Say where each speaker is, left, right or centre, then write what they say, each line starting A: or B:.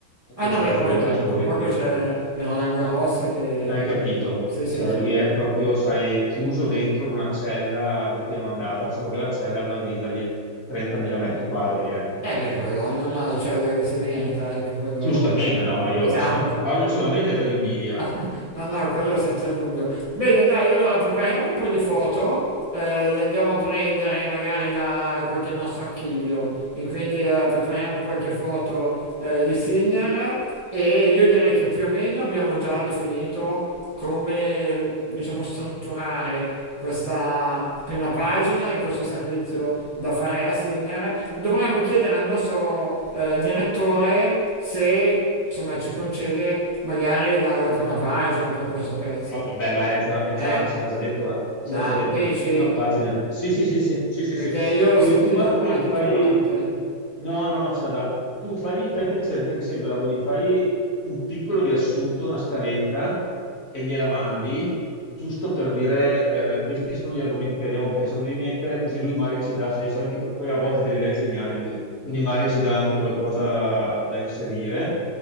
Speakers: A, on the right (about 20°); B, on the left (about 45°).
A: Ah
B: Questo
A: no, beh,
B: è il
A: poi
B: suo,
A: tra
B: è il suo
A: tra
B: obiettivo.
A: poco c'è il Roland Garros che...
B: Hai capito?
A: Sì, sì,
B: Cioè,
A: che...
B: lui è proprio, sai, chiuso dentro in una cella a doppia mandata, solo che la cella è una villa di 30.000 metri quadri, ecco.
A: Eh beh, quello, ognuno c'è da che si merita, ecco, quello...
B: Giustamente, no? Ma io
A: Esatto,
B: lo so. Parlo solamente per invidia.
A: <laughs> No, no, quello senza dubbio. Bene, dai, allora prepariamo un po' di foto, eh, le andiamo a prendere magari da qualche nostro archivio e quindi eh, prepariamo qualche foto eh, di Sinner e io direi che più o meno abbiamo già definito come diciamo, strutturare questa prima pagina e questo servizio da fare a Sinner, dovremmo chiedere al nostro eh, direttore se insomma, ci concede magari la, la prima pagina per questo pezzo.
B: Ah, vabbè, ma è già, è
A: Eh,
B: già, ce l'ha già detto, eh. Ce
A: la
B: l'ha già detto,
A: dici?
B: prima pagina. Sì, sì, sì, sì, sì, sì,
A: Perché
B: sì.
A: io l'ho
B: Eh,
A: sentito
B: tu basta
A: ancora
B: che gli
A: titubante.
B: fai... No, no, no, ce la dà. Tu fagli, fai il piacere, te che sei bravo, gli fai un piccolo riassunto, una scaletta, e gliela mandi, giusto per dire, eh, questi sono gli argomenti che abbiamo pensato di mettere, così lui magari ci dà, sai, i soliti... Poi a volte ha delle idee geniali, lui quindi magari ci dà anche qualcosa da inserire.